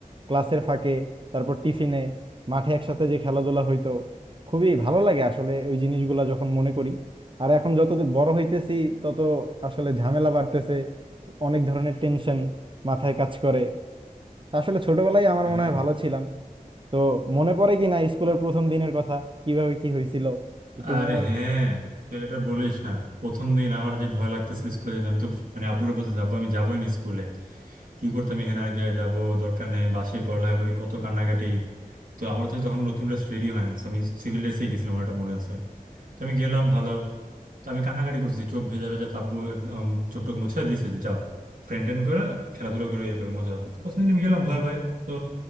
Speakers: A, on the right; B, on the right.
A: ক্লাসের ফাঁকে তারপর টিফিনে মাঠে একসাথে যে খেলাধুলা হইতো খুবই ভালো লাগে আসলে ওই জিনিসগুলো যখন মনে করি আর এখন যত দূর বড় হইতেছি তত আসলে ঝামেলা বাড়তেছে অনেক ধরনের টেনশন মাথায় কাজ করে আসলে ছোটবেলায় আমার
B: হ্যাঁ
A: মনে হয় ভালো ছিলাম তো মনে পড়ে কি না স্কুলের প্রথম দিনের কথা কিভাবে কি হয়েছিল একটু
B: আরে
A: মেমোরি
B: হ্যাঁ তো এটা বলিস না প্রথম দিন আমার যে ভয় লাগতেছিল স্কুলে যেতে আমি তো মানে আব্বুরা বলতেছি আব্বু আমি যাবোই না স্কুলে কি করতাম এখানে আরেক জায়গায় যাবো দরকার নেই আমি বাসায় পড়ালেখা করি কত কান্নাকাটি তো আমার তো তখন নতুন ড্রেস রেডি হয় নাই so আমি সিভিল ড্রেসেই গেছিলাম আমার এটা মনে আছে তো আমি গেলাম ভালো তো আমি কান্নাকাটি করতেছি চোখ ভেজা ভেজা তো আব্বু একদম চোখ টোখ মুছে দিছে যে যাও ফ্রেন্ড ট্রেন্ড করে খেলাধুলা করে ইয়ে করে মজা হবে তো প্রথম দিন আমি গেলাম ভয়ে ভয়ে তো